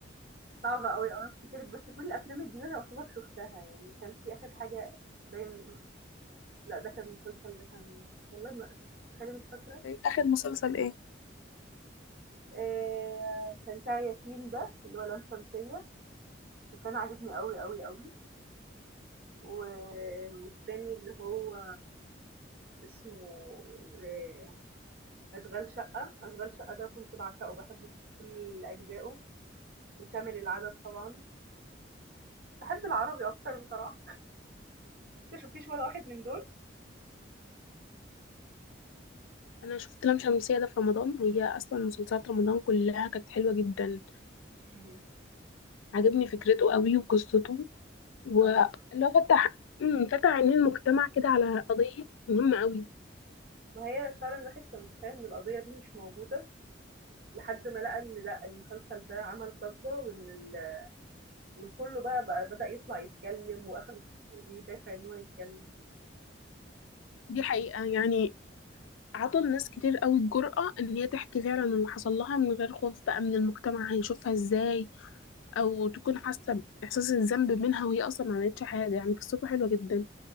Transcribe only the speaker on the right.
صعب أوي آه، أفتكرِك بس كل الأفلام الجديدة يعتبر شُفتها يعني، كان في آخر حاجة باين لأ ده كان مسلسل ده كمان، والله ما تخيّلي مش فاكرة،
آآ كان بتاع يتيم ده اللي هو لام شمسية، وكان عاجبني أوي، أوي، أوي، و والتاني اللي هو اسمه آآ أشغال شقة، أشغال شقة ده كنت باعشقه، باحبه بكل أجزائه، وكامل العدد طبعًا، باحب العربي أكتر بصراحة، أنتِ ما شُفتيش ولا واحد من دول؟
إمم.
آه.
ما هي فعلًا الواحد كان متخيّل إن القضية دي مش موجودة، لحد ما لقى إن لأ، المسلسل ده عمل ضجّة وإن ال والكل بقى بقى بدأ يطلع يتكلّم وأخد القضية دي دافع إن هو يتكلّم.